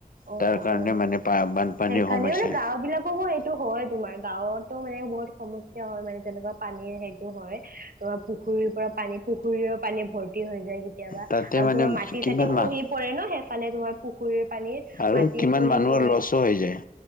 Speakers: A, on the right; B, on the left.
A: অ
B: তাৰ কাৰণে
A: অ
B: মানে পা বানপানীৰ
A: সেইকাৰণে
B: সমস্যা
A: মানে গাওঁ বিলাকো এ। টো হয় তোমাৰ গাঁৱতো মানে বহুত সমস্যা হয় মানে যেনেকুৱা পানীৰ সেইটো হয় তোমাৰ পুখুৰী। পৰা পানী পুখুৰীৰ পানী ভৰ্তি হৈ যায় কেতিয়াবা
B: তাতে
A: আৰু
B: মানে
A: তোমাৰ মাটি
B: কিমান
A: চাতি খহি
B: মানুহ
A: পৰে ন সেই। ফালে তোমাৰ পুখুৰীৰ। পানী
B: আৰু
A: মাটি
B: কিমান
A: খহি
B: মানুহৰ
A: পৰে
B: ল চ হৈ যায়।